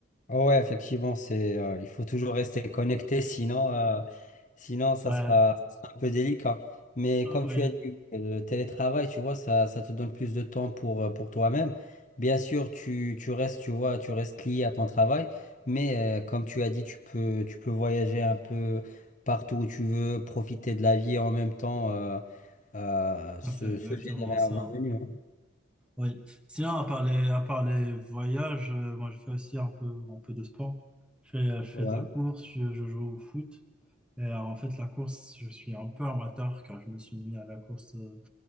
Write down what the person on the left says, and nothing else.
Ah ouais, effectivement, c'est, euh, il faut toujours rester connecté, sinon, euh, sinon ça
sera, ça sera un peu délicat. Mais
comme tu
as dit, euh, le télétravail, tu vois, ça, ça te donne plus de temps pour, euh, pour toi-même. Bien sûr, tu, tu restes, tu vois, tu restes lié à ton travail, mais euh, comme tu as dit, tu peux, tu peux voyager un peu partout où tu veux, profiter de la vie et en même temps euh, euh, se,
se générer
un revenu. hein.
Ouais.